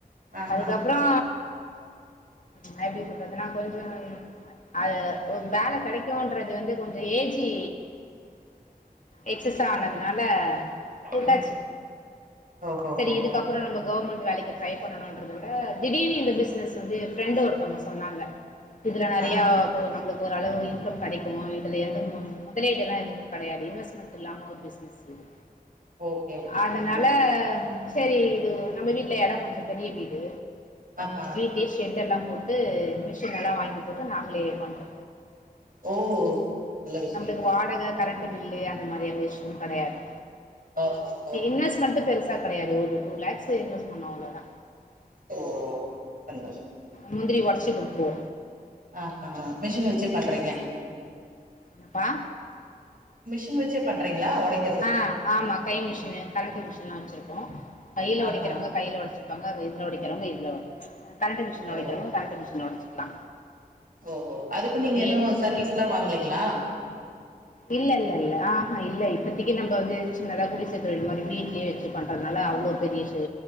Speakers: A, on the right; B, on the left.
A: ஆஹா
B: அதுக்கப்புறோ நா எப்டி சொல்றதுனா கொஞ்சம் அது வேலக் கெடைக்குன்றது வந்து கொஞ்சோ ஏஜி எக்ஸஸ் ஆனதுனால கூட்டாச்சி
A: ம் ஓஹோஹோ
B: செரி இதுக் இதுக்கப்றம் நம்ப கவர்மெண்ட் வேலைக்கு ட்ரை பண்ணணுன்றத விட திடீர்னு இந்த பிசினஸ் இது வந்து ஃப்ரெண்ட் ஒருத்தவங்க சொன்னாங்க இதுல நறையோ
A: ஆ
B: எதோ நம்மளுக்கு ஒரு அளவு இன்கம் கெடைக்கு இதுல எதுவு முதலீடுலா எதுவு கெடையாது இன்வெஸ்மெண்ட்டு அமௌன்ட் இல்லாம ஒரு பிசினஸ் இது
A: ஓகே ஓகே
B: அதனால
A: ம்,
B: சேரி இது நம்ம வீட்டுல எடம் கொஞ்சோ பெரிய வீடு
A: ஆஹா
B: அப்டியே ஷெட்டெல்லா போட்டு மிஷின் எல்லா வாங்கி போட்டு நாங்களே பண்றோ
A: ஓ நல்ல விஷயங்க
B: நம்மளுக்கு வாடக கரண்ட் பில்லு அந்த மாரி எந்த இஸ்யூவு கடையாது
A: ஓஹோஹோ
B: இன்வெஸ்ட்மெட் பெருசா கெடையாது ஒரு டூ லக்ஸ் இன்வெஸ் பண்ணோ அவ்ளோதா
A: ஓ சந்தோஷோ
B: முந்திரி ஒடச்சி குடுத்துருவோ
A: ஆஹா மிஷின் வெச்சி பண்றீங்க
B: என்னப்பா
A: மிஷின் வெச்சே பண்றீங்களா ஒடைக்
B: ஆ ஆமா கை மிஷினு கரென்டு மிஷின்லா வெச்சிருக்கோ கையில
A: ஆஹா
B: ஒடைக்கிறவுங்க கையில ஒடச்சி பங்காக இதுல ஒடிக்கிறவுங்க இதுல ஒடச் கரண்டு மிஷின்ல
A: ஓ
B: ஒடிக்கிறவுங்க கரண்ட்டு மிஷன்ல ஒடச்சுக்கலா
A: ஓஹோ அதுக்கு நீங்க
B: ஒரு
A: எதுவு சர்வீஸ்லா வாங்கலீங்களா
B: இல்ல இல்ல இல்ல ஆஹா இல்ல இப்பத்தி நம்ப வந்து சின்னதா குடிசத்தொழில் மாதிரி வீட்லயே வெச்சுட் பண்றதுனால அவ்ளோ பெரீசு